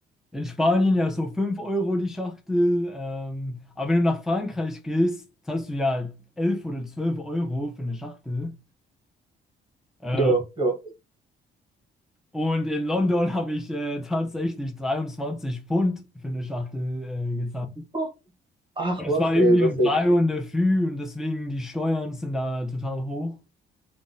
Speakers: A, in the centre; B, on the right.
A: In Spanien ja so 5 Euro die Schachtel. Ähm, aber wenn du nach Frankreich gehst, zahlst du ja 11 oder 12 Euro für eine Schachtel. Äh,
B: Ja, ja.
A: und in London <laughs> habe ich äh, tatsächlich 23 Pfund für eine Schachtel äh, gezahlt.
B: Oh, Ach
A: Und es
B: was,
A: war irgendwie
B: ey, das
A: um
B: ist ja
A: 3
B: richtig.
A: Uhr in der Früh und deswegen die Steuern sind da total hoch.